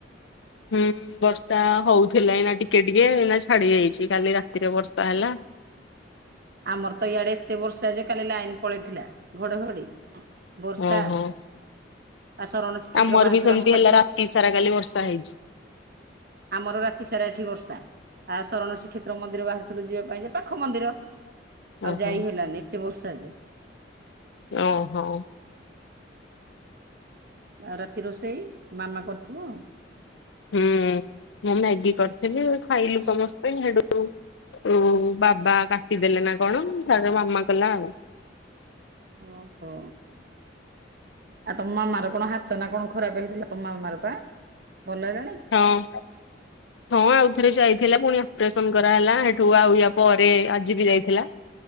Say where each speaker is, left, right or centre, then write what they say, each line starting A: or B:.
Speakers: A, on the left; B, on the right.
A: ହୁଁ ବର୍ଷା ହୋଉଥିଲା ଏଇନା ଟିକେ ଟିକେ ଏଇନା ଛାଡି ଯାଇଚି। କାଲି ରାତିରେ ବର୍ଷା ହେଲା।
B: ଆମର ତ ଇଆଡେ ଏତେ ବର୍ଷା ଯେ କାଲି ଲାଇନ୍ ପଳେଇଥିଲା ଘଡଘଡି ବର୍ଷା
A: ଓହୋ
B: ଆସ ରଣସ୍ କ୍ଷେତ୍ର
A: ଆମର
B: ବାହାରୁଥିବ
A: ବି ସେମିତି
B: ଆମ ପାଖ
A: ହେଲା ରାତି
B: ହ <inaudible>
A: ସାରା କାଲି ବର୍ଷା ହେଇଛି
B: ଆମର ରାତି ସାରା ଏଠି ବର୍ଷା ଆ ସରଣ ଶ୍ରୀକ୍ଷେତ୍ର ମନ୍ଦିର ବାହାରୁଥିଲୁ ଯିବା ପାଇଁ ଯେ ପାଖ ମନ୍ଦିର ଆଉ
A: ଓହୋ
B: ଯାଇ ହେଲାନି ଏତେ ବର୍ଷା ଯେ।
A: ଓ ହୋ।
B: ଆଉ ରାତି ରୋଷେଇ ମାମା କରିଥିବ।
A: ହୁଁ ମୁଁ ମ୍ୟାଗି କରିଥିଲି ଖାଇଲୁ ସମସ୍ତେ ହେଡୁ ଓ ବାବା କାଟିଦେଲେ ନା କଣ ତାପ୍ ରେ ମାମା କଲା ଆଉ।
B: ଓହୋ। ଆଉ ତମ ମାମାର କଣ ହାତ ନା କଣ ଖରାପେ ହେଇଥିଲା ତମ ମାମର ପା ଭଲ ହେଲାଣି।
A: ହଁ। ହଁ ଆଉଥରେ ଯାଇଥିଲା ପୁଣି ଅପ୍ରେସନ୍ କରାହେଲା ହେଠୁ ଆଉ ୟା ପରେ ଆଜି ବି ଯାଇଥିଲା।